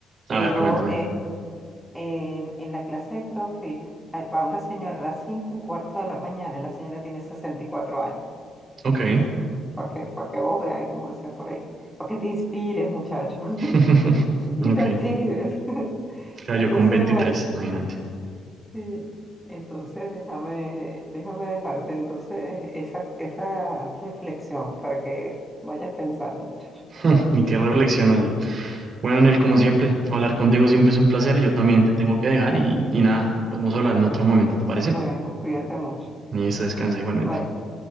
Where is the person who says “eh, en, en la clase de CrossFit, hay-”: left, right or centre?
Centre